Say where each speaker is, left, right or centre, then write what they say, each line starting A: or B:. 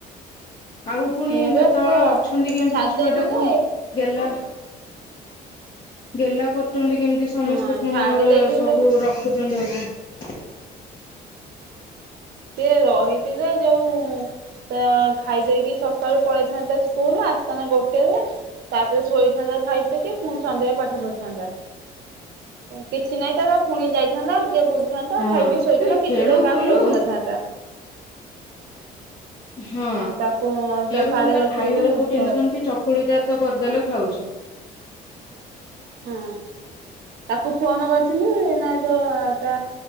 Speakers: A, on the left; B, on the right.
A: ଆଉ ପୁଣି
B: ଏଇଆ
A: ଯେତେବେଳେ
B: ପା ସେ
A: ଅଛନ୍ତି କେମିତି
B: ଛାଡି
A: ଛୁଆ
B: ଦେଇଥିଲେ
A: ଟାକୁ ଗେଲ। ଗେଲା କରୁଛନ୍ତି କେମିତି ସମସ୍ତେ
B: ହଁ
A: ପୁଣି
B: ଛାଡି
A: ଘରେ
B: ଦେଇଥିଲେ
A: ସବୁ ରଖୁ ଧ <unintelligible>
B: ସିଏ ରହିଥିଲେ ଯୋଉ। ତ ଖାଇ ଦେଇେଇକି ସକାଳୁ ପଳେଇଥାନ୍ତା ସ୍କୁଲ ଆସିଥାନ୍ତା ଗୋଟେ ତାପରେ ଶୋଇଥାନ୍ତା ଖାଇ ପ କେ ପୁଣି ସନ୍ଧ୍ୟ ପାଠ ପଢ଼ିଥାନ୍ତା। ଏ କିଛି ନାଇଁ ତ ପୁଣି ଯାଇଥାନ୍ତା ଟିକେ ବୁଲ ଥାନ୍ତାଉ
A: ହଁ
B: ଖାଇ ବିି ଶୋଇଥାନ୍ତା
A: ସେ
B: କିଛି
A: ଖେଳୁ
B: ତ କାହାକୁ
A: ବୁଲୁ
B: ଖୋଜି ନଥାନ୍ତା।
A: ହଁ।
B: ଆଉ ତାକୁ ତ
A: ଆଡୁ
B: ସାଡେ
A: ତା
B: ରଖିଲେନି
A: ଖାଇବାରେ
B: ମୂର୍ଖ
A: କୋଉ ଟେନସନ କି ଚକୁଳି ତାର ତ କରିଦେଲେ ଖାଉଛି।
B: ହଁ ତାକୁ ଫୋନ କରିଥିଲୁ ନଁ ତ ତା